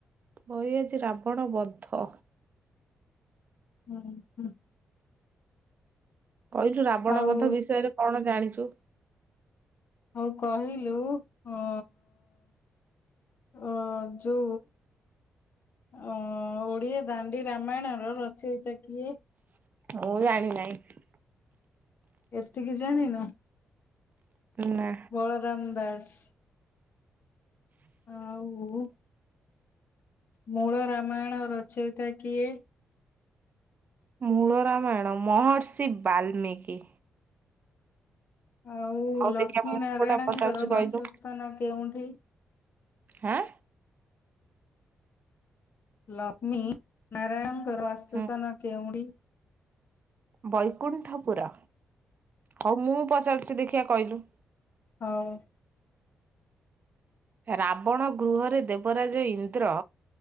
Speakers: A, on the right; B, on the left.
A: ବହି ଆଜି ରାବଣ ବଦ୍ଧ।
B: ହୁଁ ହୁଁ।
A: କହିଲୁ ରାବଣ
B: ଆଉ
A: ବଦ୍ଧ ବିଷୟରେ କଣ ଜାଣିଚୁ?
B: ହଉ କହିଲୁ ଓଁ ଅଁ ଯୁ ଅଁ ଓଡ଼ିଆ ଦାଣ୍ଡି ରାମାୟଣ ର ରଚୟତା କିଏ?
A: ମୁଁ ଜାଣିିନାହିଁ।
B: ଏତିକି ଜାଣିନୁ?
A: ନା।
B: ବଳରାମ ଦାସ୍। ଆଉ ମୂଳ ରାମାୟଣ ରଚୟତା କିଏ?
A: ମୂଳ ରାମାୟଣ ମହର୍ଷି ବାଲ୍ମୀିକି।
B: ଆଉ
A: ହଉ
B: ଲକ୍ଷ୍ମୀ
A: ଦେଖିବା ମୁଁ
B: ନାରାୟଣଙ୍କର
A: କୋଉଟା ପଚାରୁଛି କହିଲୁ
B: ବାସସ୍ଥାନ କେଉଁଠି?
A: ହାଁ।
B: ଲକ୍ଷ୍ମୀ ନାରାୟଣଙ୍କର ଆଶ୍ଵାସନା
A: ହୁଁ
B: କେଉଁଠି?
A: ବୈକୁଣ୍ଠ ପୁର। ହଉ, ମୁଁ ପଚାରୁଛି ଦେଖିବା କଇଲୁ।
B: ହଉ।
A: ରାବଣ ଗୃହରେ ଦେବରାଜ ଇନ୍ଦ୍ର